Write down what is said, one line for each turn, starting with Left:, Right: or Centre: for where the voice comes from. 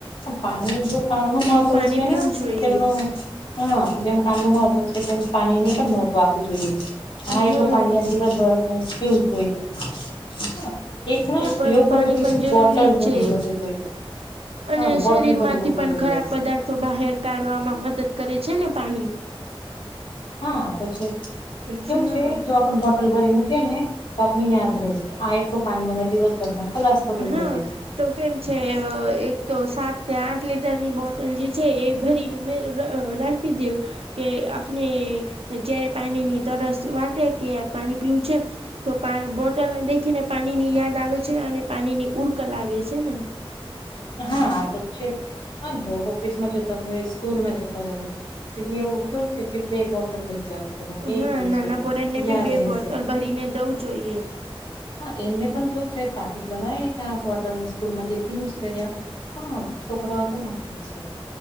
Left: પાણી જો કામ ન મહત્વ
Right: પાણી
Left: છેને,
Right: પીવું જોઈએ
Left: તેમનુ હા જેમ કામ ન મહત્વ છે તેમ પાણીને પણ મહત્વ આપવું જોઈએ હા
Right: હમ
Left: એ પાણી. ર શું જોઈએ. હા એક ના
Right: એ પણ
Left: એવું કરવું
Right: પાણી
Left: જોઈએ
Right: પણ
Left: કે
Right: જરૂરી
Left: બોટલ ભરી
Right: છે
Left: મૂકવું જોઈએ
Right: અને
Left: હા બોટલ
Right: શરીર
Left: ભરી
Right: માંથી
Left: મૂકવું
Right: પણ
Left: જોઈએ
Right: ખરાબ પદાર્થ તો બહાર કાઢવામાં મદદ કરે છેને, પાણી
Left: હા તો છે જ કેું
Right: હા
Left: છે જો આપને બોટલ ભરી મૂકીએ ને તો આપને યાદ રહેશે કે આ એટલું પાણી મને દિવસ સરમામાં કલાસ કર જોઈએ.
Right: હા તો કેમ છે એક તો સાત આઠ લીટરની બોટલ જે છે એ ભરીને રાખી દ્યો કે આપણે જયારે પાણીની તરસ વાટે કે પાણી પીવું છે. તો પા બોટલને દેખીને પાણી ની યાદ આવે છે અને પાણી ની ઉર્ક લાગે છે ને.
Left: હા આ તો જ છે હા જો ઓફિસમાં જતા હોય સ્કૂલ માં જતા હોય અહીયા એવું કેવું છે કે બે બોટલ લઇ જાવ તમે એક
Right: હા
Left: લઈ
Right: નાના
Left: જાવ
Right: પોરા ને બી
Left: યાદ
Right: બે
Left: રહેશે.
Right: બોટલ ભરીને દઉ જોઈએ.
Left: હા એમને પણ કેવું છે તાકીદ લગાવી ને કે આ બોટલ સ્કૂલ માંથી ફિનિશ હ છોકરાઓ તો ગ છે.